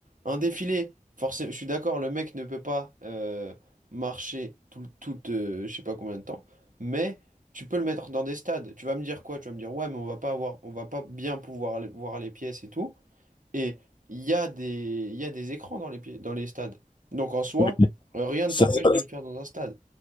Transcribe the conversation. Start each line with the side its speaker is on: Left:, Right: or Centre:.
Right: Un défilé, forcément, je suis d'accord, le mec ne peut pas euh, marcher tout, le- tout euh, je sais pas combien de temps. Mais tu peux le mettre dans des stades. Tu vas me dire quoi? Tu vas me dire, ouais, mais on va pas avoir, on va pas bien pouvoir aller voir les pièces et tout. Et il y a des, il y a des écrans dans les, pi- dans les stades. Donc en soi,
Left: Oui,
Right: euh, rien ne
Left: ça,
Right: t'empêche
Left: c'est-
Right: de le faire dans un stade.